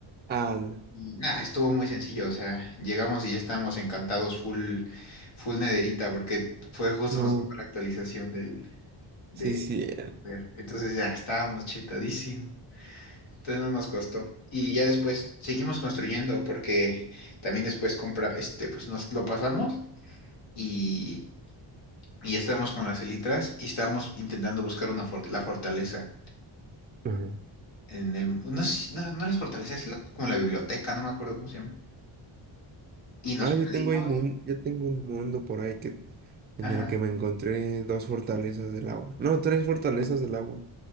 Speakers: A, on the right; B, on the left.
A: Al.
B: Y nada, estuvo muy sencillo, o sea, llegamos y ya estábamos encantados full, full nederita, porque fue justo
A: No,
B: nos tocó la actualización del, de,
A: sí, sí. el-
B: ver, entonces ya estábamos chetadísimos, entonces no nos costó. Y ya después seguimos construyendo, porque también después compra, este, pues nos lo pasamos y, y ya estábamos con las elitras y estábamos intentando buscar una for- la fortaleza
A: Ajá.
B: en el, no sé, si- no, no es fortaleza, es la- como la biblioteca, no me acuerdo cómo se llama. Y nos
A: Ah,
B: perdimos,
A: yo tengo ahí mun- yo tengo un mundo por ahí que en
B: ajá,
A: el que me encontré dos fortalezas del agua. No, tres fortalezas del agua.